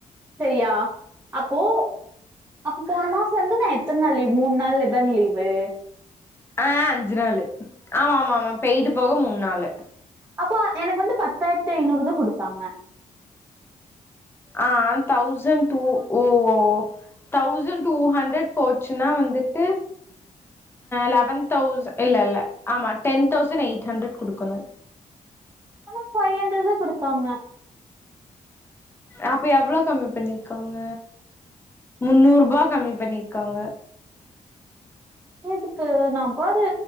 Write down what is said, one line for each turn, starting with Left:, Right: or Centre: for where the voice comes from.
Right: செரியா அப்போ அப்ப போன மாச வந்து நா எத்தன் நாள் லீவு மூணு நாள்லதான லீவு
Left: ஆ அஞ்சு நாள் ஆமா மா மா பெய்டு போக மூணு நாளு
Right: அப்போ எனக்கு வந்து பத்தாயிரத்தி ஐநூறுதா குடுத்தாங்க
Left: அ தௌசண்ட் டூ ஓ ஓ தௌசண்ட் டூ ஹண்ட்ரட் போச்சுன்னா வந்துட்டு லெவன் தௌஸ் இல்ல இல்ல ஆமா டென் தௌசண்ட் எயிட் ஹண்ட்ரட் குடுக்கணு
Right: ஆனா பைஹூண்டரெட் தா குடுத்தாங்க
Left: அப்ப எவ்ளோ கம்மி பண்ணிருக்காங்க முன்னூரூபா கம்மி பண்ணிருக்காங்க
Right: எதுக்கு நா பாரு